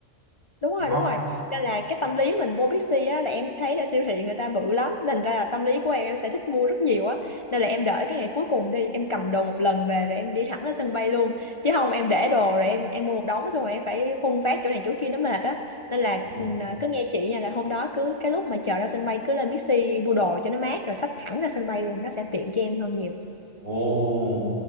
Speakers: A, on the left (about 45°); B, on the right (about 80°).
A: đúng rồi
B: ngon
A: đúng rồi nên là cái tâm lý mình vô Bixi á là em thấy là siêu thị người ta bự lắm nên ra là tâm lý của em em sẽ thích mua rất nhiều á nên là em đợi cái ngày cuối cùng đi em cầm đồ một lần về rồi em đi thẳng ra sân bay luôn chứ không em để đồ rồi em em mua một đống xong rồi em phải khuân vác chỗ này chỗ kia nó mệt á nên là
B: Ờ.
A: ừ, à, cứ nghe chị nha là hôm đó cứ cái lúc mà chờ ra sân bay cứ lên Bixi mua đồ cho nó mát rồi xách thẳng ra sân bay luôn nó sẽ tiện cho em hơn nhiều
B: ồ